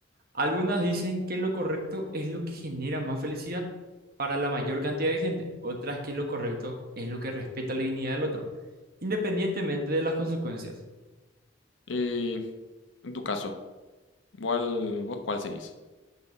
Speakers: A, on the right; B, on the left.
A: Algunas dicen que lo correcto es lo que genera más felicidad para la mayor cantidad de gente, otras que lo correcto es lo que respeta la dignidad del otro, independientemente de las consecuencias.
B: Y en tu caso, ¿cuál- vos cuál seguís?